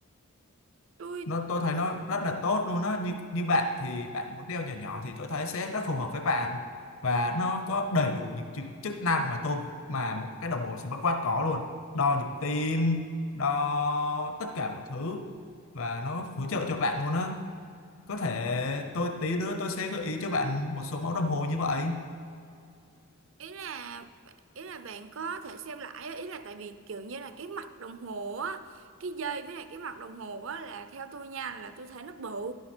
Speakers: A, on the right; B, on the left.
A: tôi
B: nó tôi thấy nó rất là tốt luôn á như như bạn thì bạn muốn đeo nhỏ nhỏ thì tôi thấy sẽ rất phù hợp với bạn và nó có đầy đủ những chức, chức năng mà tôi mà một cái đồng hồ smartwatch có luôn đo nhịp tim đo tất cả mọi thứ và nó hỗ trợ cho bạn luôn á có thể tôi tí nữa tôi sẽ gợi ý cho bạn một số mẫu đồng hồ như vậy
A: ý là ý là bạn có thể xem lại á, ý là tại vì kiểu như là cái mặt đồng hồ á cái dây với lại cái mặt đồng hồ á là theo tôi nha là tôi thấy nó bự